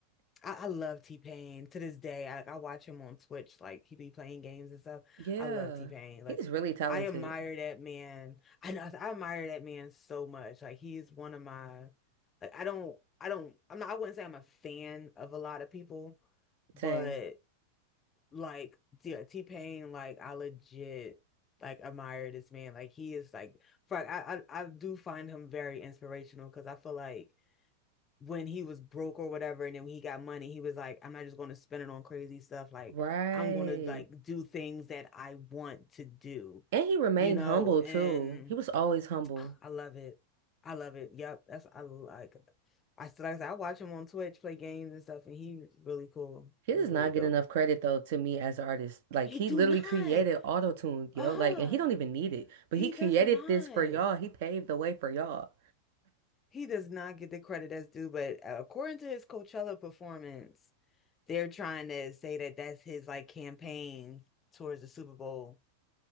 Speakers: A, on the left; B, on the right.
A: I, I love T-Pain to this day. I, I watch him on Twitch, like he be playing games and stuff.
B: Yeah.
A: I love T-Pain.
B: He's
A: Like
B: really talented.
A: I admire that man. <laughs> I know I admire that man so much. Like he is one of my like I don't I don't I'm not I wouldn't say I'm a fan of a lot of people, but
B: Ten.
A: like yeah, T-Pain, like I legit like admire this man. Like he is like for I I, I do find him very inspirational because I feel like when he was broke or whatever, and then when he got money, he was like, I'm not just going to spend it on crazy stuff. Like,
B: Right.
A: I'm going to like do things that I want to do,
B: And he remained
A: you know,
B: humble
A: and
B: too. He was always humble.
A: <sighs> I love it. I love it. Yep. That's, I like, I still, like I said, I watch him on Twitch play games and stuff, and he's really cool.
B: He
A: He's
B: does
A: really
B: not
A: dope.
B: get enough credit though to me as an artist. Like
A: He
B: he
A: do
B: literally
A: not.
B: created autotune, yo.
A: Ah,
B: Like and he don't even need it. But
A: he
B: he created
A: does not.
B: this for y'all. He paved the way for y'all.
A: He does not get the credit that's due, but according to his Coachella performance, they're trying to say that that's his like campaign towards the Super Bowl.